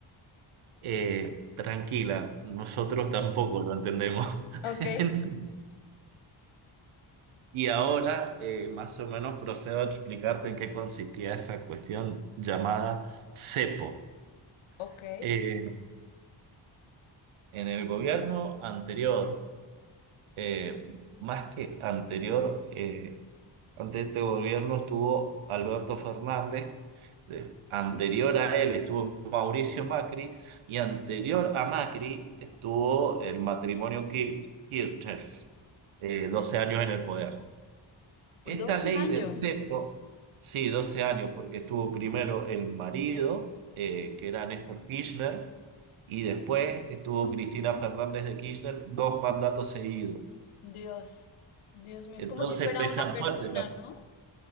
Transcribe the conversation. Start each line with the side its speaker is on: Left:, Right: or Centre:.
Right: eh, tranquila, nosotros tampoco lo entendemos.
Left: Ok,
Right: <laughs> Y ahora eh, más o menos procedo a explicarte en qué consistía esa cuestión llamada CEPO.
Left: ok.
Right: Eh, en el gobierno anterior, eh, más que anterior, eh, Ante este gobierno estuvo Alberto Fernández, eh, anterior a él estuvo Mauricio Macri y anterior a Macri estuvo el matrimonio Kir- Kirchner, eh, 12 años en el poder. Esta
Left: 12
Right: ley
Left: años.
Right: del cepo, sí, 12 años, porque estuvo primero el marido, eh, que era Néstor Kirchner, y después estuvo Cristina Fernández de Kirchner, dos mandatos seguidos.
Left: Dios, Dios mío, es
Right: Entonces
Left: como si fuera
Right: pesan
Left: una persona,
Right: fuerte, ¿no?
Left: ¿no?